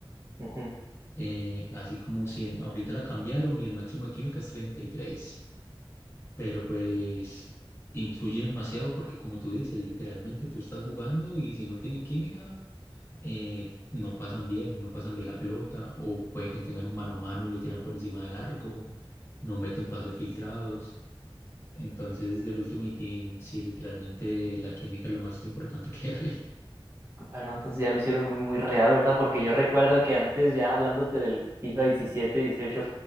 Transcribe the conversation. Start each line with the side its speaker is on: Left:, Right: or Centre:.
Right: Ujú.
Left: eh, así como 100, ahorita la cambiaron y el máximo de química es treinta y tres pero pues influye demasiado porque como tú dices, literalmente tú estás jugando y si no tienen química, eh, no pasan bien, no pasan bien la pelota o pueden que tengan un mano a mano y lo tiran por encima del arco, no meten pases filtrados. Entonces, del Ultimate Team, sí, literalmente la química es lo más importante que <laughs> hay.
Right: Bueno, entonces ya lo hicieron muy, muy real, ¿verdad? Porque yo recuerdo que antes, ya hablándote del FIFA 17 dieciocho